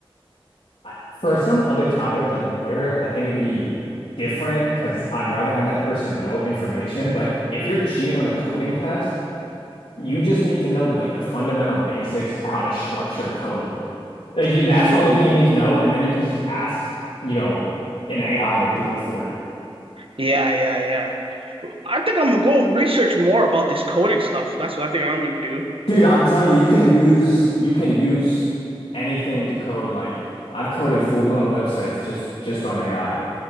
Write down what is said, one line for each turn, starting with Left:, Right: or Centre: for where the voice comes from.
Left: I- for some other topic like a lawyer, I think it'd be different because I'd rather have that person know information. But if you're cheating on a coding test, you just need to know like the fundamental basics of how to structure code. Like you,
Right: Mm,
Left: that's the only thing you need to know, and then you can just ask, you know, an AI to do it for you.
Right: yeah, yeah, yeah. I think I'm gonna go research more about this coding stuff. That's what I think I'm gonna do.
Left: Dude, I'm telling you, you can use you can use anything to code. Like I've coded full-blown websites just just on AI